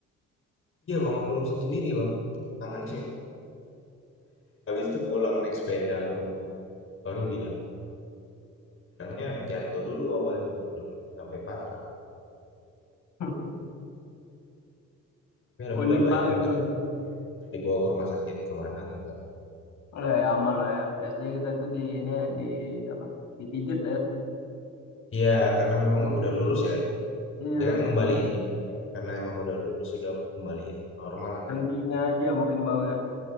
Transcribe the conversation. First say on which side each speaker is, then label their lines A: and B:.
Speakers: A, on the left; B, on the left.
A: iya bang aku lurusin sendiri bang tangannya <laughs> habis itu pulang naik sepeda ke rumah baru bilang bilangnya jatuh dulu awalnya belum bilang sampai patah
B: <laughs>
A: tapi alhamdulillah
B: Unik
A: baik
B: banget
A: enggak
B: bang.
A: dibawa ke rumah sakit kemana enggak
B: Lah, ya, aman lah ya. Biasanya kita tuh di ini ya, di apa? Dipijet
A: iya karena memang
B: Urut,
A: udah lurus
B: diurut.
A: ya
B: Iya,
A: dia kan ngembaliinnya karena emang udah lurus sudah aku kembaliin ke normal
B: sendinya aja mungkin Bang ya.